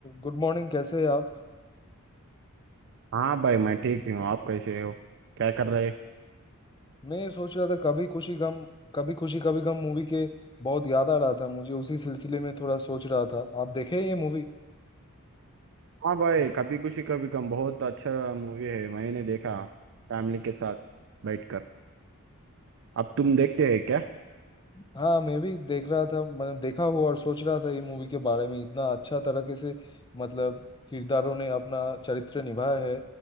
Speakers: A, on the left (about 20°); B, on the right (about 60°).
A: गुड मॉर्निंग कैसे हैं आप
B: हाँ भाई मैं ठीक ही हूँ आप कैसे हो क्या कर रहे
A: मैं ये सोच रहा था कभी खुशी गम कभी खुशी कभी गम मूवी के बहुत याद आ रहा था मुझे उसी सिलसिले में थोड़ा सोच रहा था आप देखे हैं ये मूवी
B: हाँ भाई कभी खुशी कभी गम बहुत अच्छा मूवी है मैंने देखा फैमिली के साथ बैठकर अब तुम देखते हैं क्या
A: हाँ मैं भी देख रहा था मैंने देखा हुआ और सोच रहा था ये मूवी के बारे में इतना अच्छा तरीके से मतलब किरदारों ने अपना चरित्र निभाया है